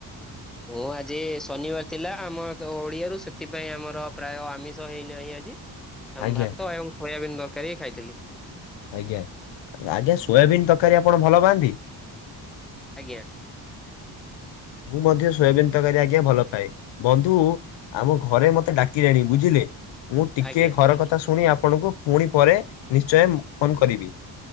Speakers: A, in the centre; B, on the left.
A: ମୁଁ ଆଜି ଶନିବାର ଥିଲା ଆମର ଓଡିଆରୁ ସେଥିପାଇଁ ଆମର ପ୍ରାୟ ଆମିଷ ହେଇନାହିଁ ଆଜି। ଆମ
B: ଆଜ୍ଞା
A: ଭାତ ଏବଂ ସୋୟାବିନ୍ ଦରକାର ହ ଖାଇଥିଲି।
B: ଆଜ୍ଞା ଆଜ୍ଞା ସୋୟାବିନ୍ ତରକାରୀ ଆପଣ ଭଲ ପାଆନ୍ତି?
A: ଆଜ୍ଞା।
B: ମୁଁ ମଧ୍ୟ ସୋୟବିିନ ତରକାରୀ ଆଜ୍ଞା ଭଲ ପାାଏ ବନ୍ଧୁ ଆମ ଘରେ ମତେ ଡାକିଲେଣି ବୁଝିଲେ। ମୁଁ ଟିକେ
A: ଆଜ୍ଞା
B: ଘର କଥା ଶୁଣି ଆପଣଙ୍କୁ ପୁଣି ପରେ ନିଶ୍ଚୟ ଫୋନ କରିବି।